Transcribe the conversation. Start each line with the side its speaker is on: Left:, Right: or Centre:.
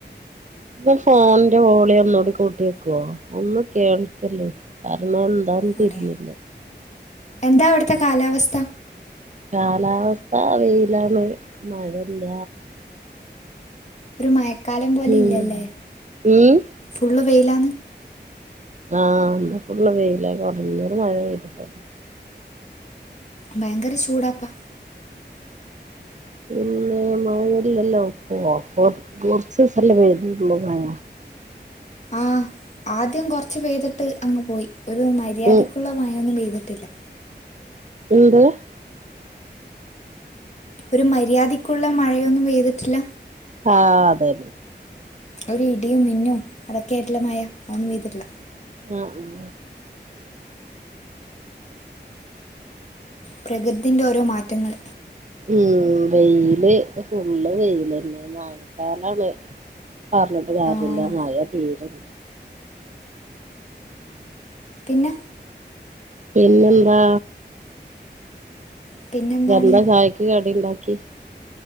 Right: ഇ ഫോണിന്റെ വോളി ഒന്നോടി കൂട്ടി വക്കുവോ? ഒന്നും കേൾക്കല്ല പറഞ്ഞ <unintelligible>
Left: അവിടെ
Right: തിരുന്നില്ല.
Left: എന്താ അവിടുത്തെ കാലാവസ്ഥ?
Right: കാലാവസ്ഥ വെയിലാണ്. മഴയില്ല.
Left: ഒരു മഴക്കാലം പോലെ
Right: ഉം
Left: ഇല്ലല്ലേ
Right: ഉം
Left: ഫുള്ള് വെയിലാണ്.
Right: ആഹ <unintelligible> വെയില കുറഞ്ഞ മഴ പെയ്തിട്ടുള്ളു.
Left: ഭയങ്കര ചൂടാപ്പാ.
Right: ഉം മഴല്ലല്ലോപ്പറ കുറച്ച് സ്ഥലം പെയ്തിട്ടുള്ളു. മഴ
Left: ആഹ് ആദ്യം കൊറച്ച് പെയ്തിട്ട് അങ്ങ് പോയി ഒ. രു മര്യാദക്കുള്ള
Right: ഉം
Left: മായൊന്നും പെയ്തി <unintelligible>
Right: <unintelligible>
Left: ഒരു മര്യാദക്കുള്ള മഴയൊന്നും പെയ്തിട്ടില്ല
Right: ആ അതെന്നെ
Left: ഒരു ഇടിയും മിന്നും അതൊക്കെ ആയിട്ടുള്ള മഴ അതൊന്നും പെയ്തിട്ടില്ല.
Right: ആ ഉം
Left: പ്രകൃതിന്റെ ഓരോ മാറ്റങ്ങൾ
Right: ഉം വെയില് ഫുള്ള് വെയിലന്നെ മഴക്കാലാണ് പറഞ്ഞിട്ടുകാര്യല്ല
Left: ആ
Right: മഴ തീരണ്ട
Left: പിന്നെ
Right: പിന്നെന്താ
Left: പിന്നെന്താണ്
Right: എന്താ ചായക്ക് കടിണ്ടാക്കി?